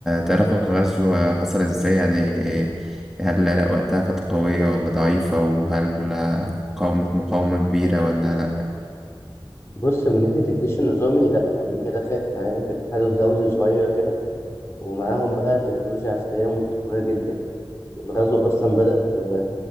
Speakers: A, in the centre; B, on the left.
A: تعرف الغزو حصل ازاي يعني هل العراق وقتها كانت قويه ولا ضعيفه وهل قاومت مقاومه كبيره ولا لا
B: بص من ناحية الجيش النظامي لأ أمريكا دخلت العراق بتحالف دولي صغير كده ومعاهم بقى تكنولوجيا عسكرية متطورة جدا، الغزو أصلا بدأ في